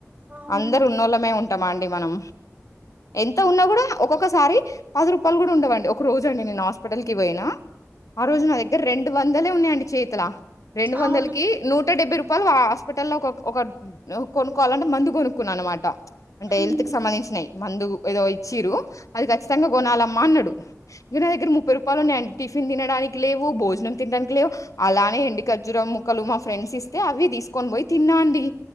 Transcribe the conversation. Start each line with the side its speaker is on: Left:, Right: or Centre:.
Right: అవును
Left: అందరున్నోళ్ళమే ఉంటామా అండి మనం ఎంత ఉన్నా కూడా ఒక్కొక్కసారి పది రూపాలు కూడా ఉండవండి. ఒక రోజు అండి నేను హాస్పిటల్ కి పోయినా ఆ రోజు నా దగ్గర రెండు వందలే ఉన్నాయండి చేతుల రెండు వందల
Right: అవును
Left: కి నూటడెబ్భై రు పల్ ఆ హాస్పిటల్లో ఒక ఒక కొనుక్కోవాలంటే మందు కొనుక్కున్నా అన్నమాట అంటే
Right: అవును.
Left: హెల్త్ కి సంబంధించినవి. మందు ఏదో ఇచ్చీరు అది ఖచ్చితంగా కొనాలమ్మా అన్నడు. ఇగ నా దగ్గర ముప్పై రూపాలు ఉన్నయండి. టిఫిన్ తినడానికి లేవు. భోజనం తిండానికి లేవు. అలానే ఎండికజ్జుర ముక్కలు మా ఫ్రెండ్స్ ఇస్తే, అవి తీసుకొని పోయి తిన్నా అండి.